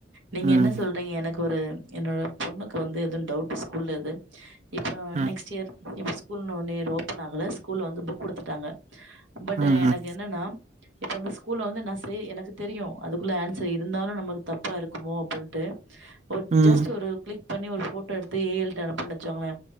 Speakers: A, on the right (about 85°); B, on the right (about 35°).
A: நீங்க
B: ம்.
A: என்ன சொல்றீங்க எனக் ஒரு என்னோட பொண்ணுக் வந்து எதுன் டவுட்டு ஸ்கூல்லேது இப்ப
B: ம்.
A: நெக்ஸ்ட் இயர் இப் ஸ்கூல் நோன்னேர் ஓப்பன் ஆகல ஸ்கூல்ல வந்து புக் குடுத்துட்டாங்க பட்
B: ம்ஹ்ம்.
A: ஏ எனக்கென்னன்னா இப்போ அந்த ஸ்கூல்ல வந்து நா செய் எனக்கு தெரியு அதுக்குள்ள ஆன்சர் இருந்தாலு நமக்கு தப்பாருக்குமோ அப்டின்ட்டு ஒ
B: ம்.
A: ஜஸ்ட் ஒரு க்ளிக் பண்ணி ஒரு ஃபோட்டோ எடுத்து ஏ எல் ட அனுப்புனோ வச்சுக்கோங்ளே